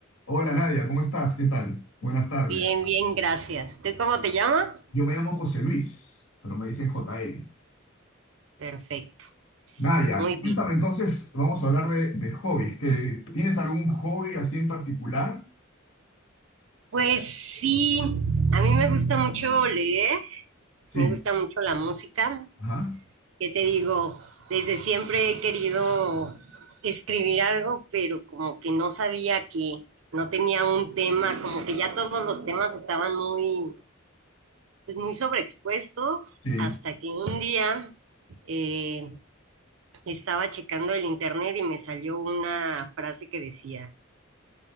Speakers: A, on the left; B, on the right.
A: Hola Nadia, ¿cómo estás? ¿Qué tal? Buenas tardes.
B: Bien, bien, gracias. ¿Tú cómo te llamas?
A: Yo me llamo José Luis, pero me dicen J. L.
B: Perfecto,
A: Nadia,
B: muy bien.
A: cuéntame entonces, vamos a hablar de, de hobbies. ¿Que tienes algún hobby así en particular?
B: Pues sí, a mí me gusta mucho leer,
A: Sí.
B: me gusta mucho la música.
A: Ajá.
B: ¿Qué te digo? Desde siempre he querido escribir algo, pero como que no sabía que no tenía un tema, como que ya todos los temas estaban muy, pues muy sobreexpuestos,
A: Sí.
B: hasta que un día eh, estaba checando el internet y me salió una frase que decía,